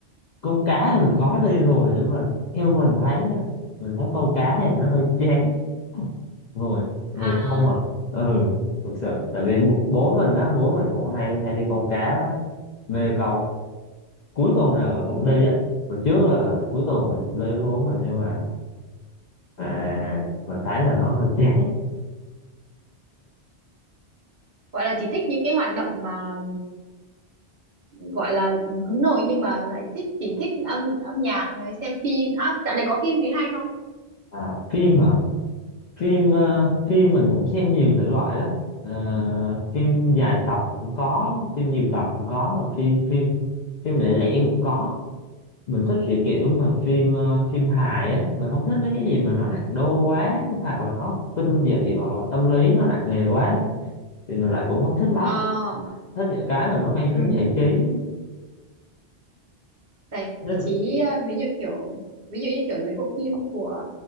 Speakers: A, on the left (about 55°); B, on the right (about 50°).
A: câu cá thì mình có đi rồi nhưng mà theo mình thấy nha, mình thấy câu cá thì nó hơi chán ngồi ngồi
B: à
A: không à ừ thực sự tại vì bố bố mình á bố mình cũng hay hay đi câu cá đó mê câu cuối tuần nào là
B: ừm,
A: cũng đi á hồi trước là cuối tuần mình cũng đi với bố mình nhưng mà à, mình thấy là nó hơi chán
B: gọi là chỉ thích những cái hoạt động mà gọi là hướng nội nhưng mà lại thích chỉ thích âm âm nhạc này xem phim à, dạo này có phim gì hay không
A: À, phim hả? Phim ờ, phim mình cũng xem nhiều thể loại lắm. Ờ, phim dài tập cũng có, phim nhiều tập cũng có mà phim phim phim lẻ lẻ cũng có. Mình thích cái kiểu mà phim ờ, phim hài á, mình không thích mấy cái gì mà nó nặng đô quá hoặc là nó kinh dị hoặc là tâm lý nó nặng nề quá thì mình lại cũng không thích lắm.
B: ờ
A: Thích những cái mà nó mang
B: Ừ.
A: tính giải trí.
B: giải
A: Thế là,
B: trí à, ví dụ kiểu ví dụ như kiểu mấy bộ phim của